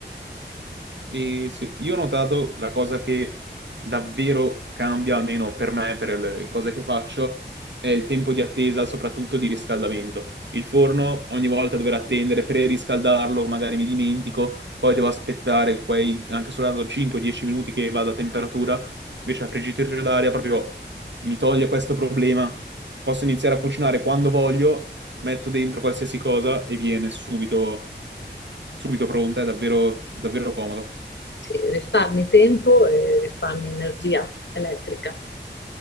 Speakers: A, on the right; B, on the left.
A: E sì, io ho notato la cosa che davvero cambia, almeno per me, per le cose che faccio, è il tempo di attesa, soprattutto di riscaldamento. Il forno ogni volta dover attendere per riscaldarlo, magari mi dimentico, poi devo aspettare quei anche soltanto 5-10 minuti che vada a temperatura, invece la friggitrice d'aria proprio mi toglie questo problema. Posso iniziare a cucinare quando voglio, metto dentro qualsiasi cosa e viene subito, subito pronta, è davvero, davvero comodo.
B: Sì, risparmi tempo e risparmi energia elettrica.